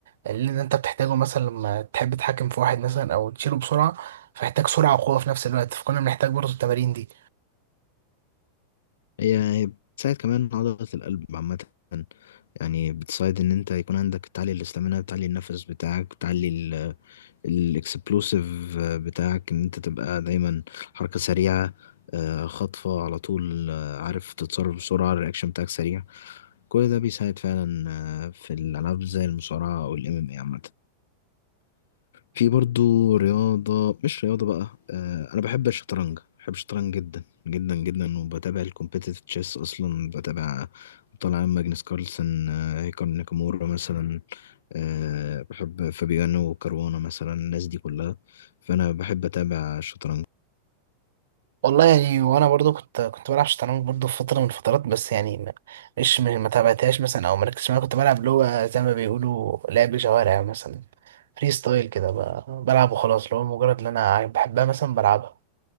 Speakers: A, on the right; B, on the left.
A: اللي انت بتحتاجه مثلا لما تحب تتحكم في واحد مثلا او تشيله بسرعة فيحتاج سرعة وقوة في نفس الوقت فكنا بنحتاج برضو التمارين دي
B: هي هي بتساعد كمان عضله القلب عامه يعني بتساعد ان انت يكون عندك تعلي الاستامينا بتعلي النفس بتاعك بتعلي الاكسبلوسيف آه، بتاعك ان انت تبقى دايما حركة سريعة آه، خطفة على طول آه، عارف تتصرف بسرعة الرياكشن بتاعك سريع كل ده بيساعد فعلا آه، في الألعاب زي المصارعة أو ال MMA عامة في برضو رياضة مش رياضة بقى آه أنا بحب الشطرنج بحب الشطرنج جدا جدا جدا وبتابع الكومبيتيتيف تشيس أصلا بتابع طالع ماجنس كارلسن آه هيكار ناكامورا مثلا آه بحب فابيانو وكاروانا مثلا الناس دي كلها فأنا بحب أتابع الشطرنج
A: والله يعني وانا برضو كنت كنت بلعب شطرنج برضو في فتره من الفترات بس يعني ما- مش ما ما تابعتهاش مثلا او مركزتش معاها كنت بلعب اللي هو زي ما بيقولوا لعب شوارع مثلا فري ستايل كده ب- بلعب وخلاص اللي هو مجرد ان انا بحبها مثلا بلعبها